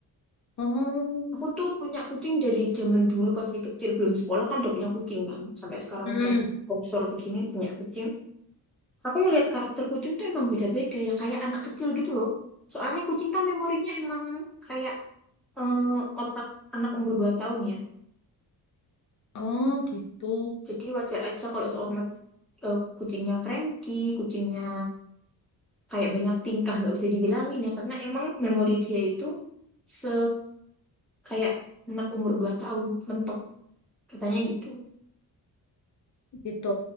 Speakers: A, on the left; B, in the centre.
A: Oh,
B: Aku tuh punya kucing dari zaman dulu pasti kecil belum sekolah kan udah punya kucing kan. Sampai sekarang
A: Mm-mm.
B: udah bongsor begini punya kucing. Aku ngelihat karakter kucing tuh emang beda-beda ya kayak anak kecil gitu loh. Soalnya kucing kan memorinya emang kayak eh, otak anak umur 2 tahun ya.
A: Oh gitu,
B: Jadi wajar aja kalau seumpama eh, kucingnya cranky, kucingnya kayak banyak tingkah nggak bisa dibilangin ya karena emang memori dia itu se kayak anak umur 2 tahun mentok katanya gitu
A: gitu.